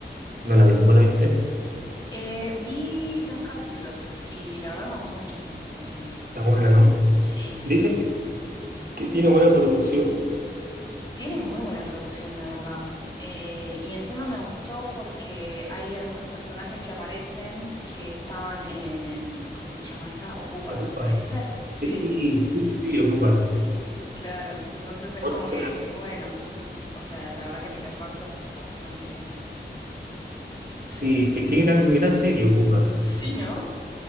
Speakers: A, on the right (about 55°); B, on the left (about 25°).
A: No la vi, ¿vos la viste?
B: Eh, vi dos capítulos y la verdad me gustó muchísimo lo que vi.
A: Está buena, ¿no?
B: Sí, sí,
A: Dicen
B: sí.
A: que que tiene buena producción.
B: Tiene muy buena producción, la verdad. Eh, y encima me gustó porque hay algunos personajes que aparecen que estaban en, ¿cómo se llama esta? Ocupas,
A: Ocupas.
B: ¿la viste? Sí,
A: Sí, sí, sí, sí, Ocupas.
B: claro. Entonces es
A: Otra.
B: como que dije, bueno, son, o sea, la verdad que el reparto está bastante bien.
A: Sí, que qué gran, gran serie Ocupas.
B: Sí, ¿no?